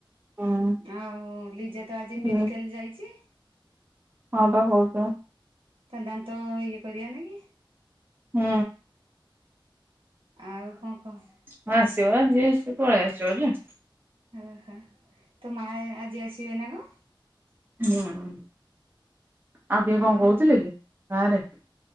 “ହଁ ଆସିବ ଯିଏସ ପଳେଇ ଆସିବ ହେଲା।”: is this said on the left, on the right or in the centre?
Right